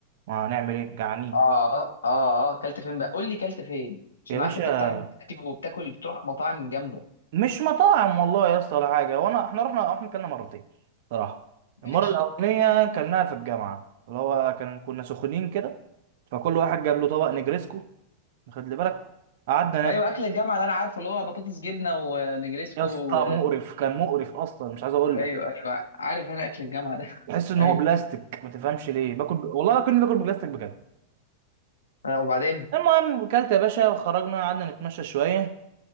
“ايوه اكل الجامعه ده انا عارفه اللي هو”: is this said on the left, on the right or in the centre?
Left